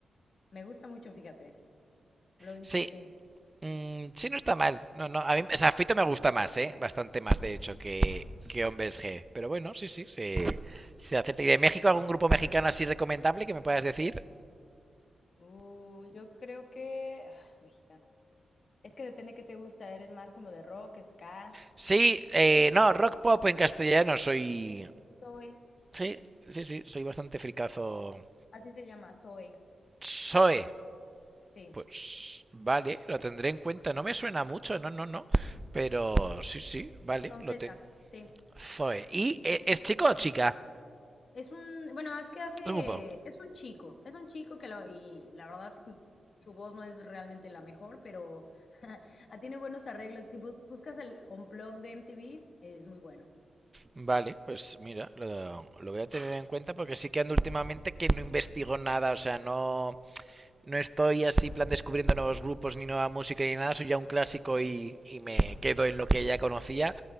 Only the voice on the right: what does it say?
Sí, mm, sí, no está mal. No, no, a mí, o sea, Fito me gusta más, ¿eh? Bastante más, de hecho, que, que Hombres G. Pero bueno, sí, sí, se, se acepta. ¿Y de México algún grupo mexicano así recomendable que me puedas decir?
Sí, eh, no, rock pop en castellano soy...
Sí, sí, sí, soy bastante fricazo.
Soe,
Pues vale, lo tendré en cuenta. No me suena mucho, no, no, no. Pero sí, sí, vale,
lo
tengo.
Zoe. ¿Y eh, es chico o chica?
es un pavo.
Vale, pues mira, lo, lo voy a tener en cuenta porque sí que ando últimamente que no investigo nada, o sea, no, no estoy así plan descubriendo nuevos grupos ni nueva música ni nada, soy ya un clásico y, y me quedo en lo que ya conocía,